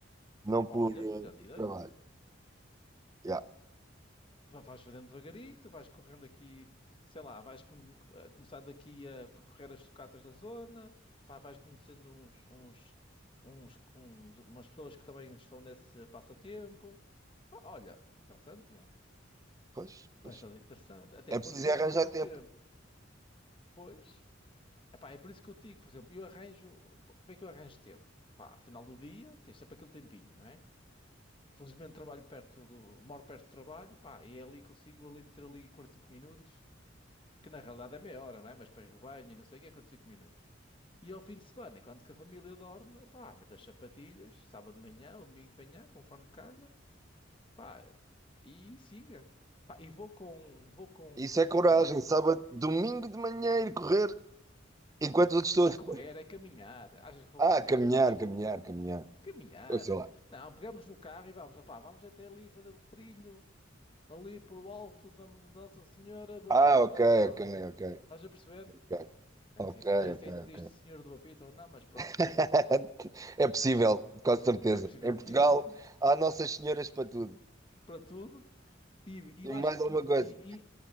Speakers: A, on the right (about 20°); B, on the left (about 25°).
A: não por,
B: Olha,
A: eh,
B: grande
A: por
B: ideia.
A: trabalho. Yeah,
B: Va- Vais fazendo devagarito, vais correndo aqui, sei lá, vais com- a começar daqui a percorrer as sucatas da zona, pá, vais conhecendo uns, uns, uns, uns- umas pessoas que também estão nesse passatempo. Pá, Olha, interessante mesmo,
A: pois,
B: bastante
A: pois.
B: interessante, até
A: É
B: porque
A: preciso é
B: é
A: arranjar
B: uma coisa
A: tempo.
B: que, pois, epá, é por isso que eu te digo, por exemplo, eu arranjo, como é que eu arranjo tempo? Pá, final do dia, tens sempre aquele tempinho, não é? Felizmente trabalho perto do, moro perto do trabalho, pá, e é ali que consigo ali meter ali 45 minutos que na realidade é meia hora, não é? Mas depois o banho e não sei o que é curto 5 minutos. E ao fim de semana, enquanto que a família dorme, pá, mete as sapatilhas, sábado de manhã ou domingo de manhã, conforme calha, pá, e siga. Pá, e vou com, vou com
A: Isso
B: um grupo
A: é coragem,
B: porreiro.
A: sábado, domingo de manhã ir correr, enquanto os
B: Não
A: outros
B: é correr,
A: estão
B: é caminhar. Achas que vou
A: a...
B: correr?
A: Ah, caminhar,
B: Achas
A: caminhar,
B: que eu corro?
A: caminhar.
B: Caminhar.
A: Eu sei lá.
B: Não, pegamos no carro e vamos, opá, vamos até ali fazer o trilho, ali para o alto da Nossa Senhora do
A: Ah,
B: Apito.
A: ok,
B: Pronto.
A: ok, ok.
B: Estás a perceber?
A: ok.
B: Nem
A: Ok,
B: sei, se- nem
A: ok,
B: sei se existe
A: ok.
B: Senhora do Apito ou não, mas pronto.
A: <laughs> É possível, com certeza.
B: É possível
A: Em Portugal
B: que exista
A: há Nossas Senhoras para tudo.
B: para tudo. E, e
A: E
B: eu
A: mais
B: acho que
A: alguma
B: tudo.
A: coisa.
B: E,